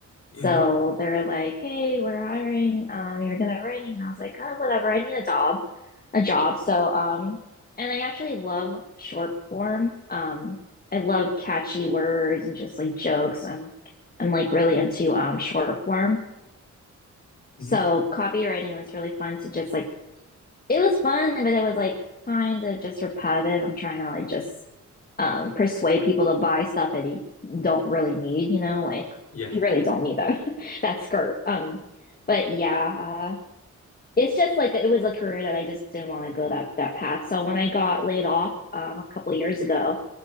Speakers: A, on the left; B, on the left.
A: so
B: Mm-hmm.
A: they're like, "Hey, we're hiring. Um, you're good at writing," and I was like, "Oh, whatever. I need a job, a job." So, um, and I actually love short form. Um, I love catchy words and just like jokes. I'm, I'm like really into um short form.
B: Mm-hmm.
A: So copywriting was really fun to just like it was fun, but it was like kind of just repetitive. I'm trying to like just um persuade people to buy stuff that they don't really need, you know, like
B: Yeah.
A: you really don't need that <laughs> that skirt. Um but yeah, uh it's just like it was a career that I just didn't want to go that that path. So when I got laid off um a couple of years ago,